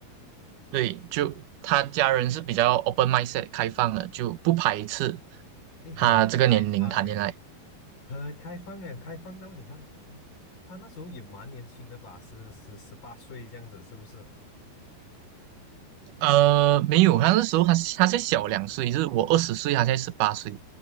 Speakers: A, on the right; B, on the left.
A: 对，就他家人是比较 open mindset 开放的，就不排斥
B: 哎，很开放哎，
A: 他这个年龄谈恋爱。
B: 很开放哎，开放到你看，嗯他那时候也蛮年轻的吧，是十十八岁这样子，是不是？
A: 呃，没有，他那时候他他才小两岁，就是我二十岁，他才十八岁，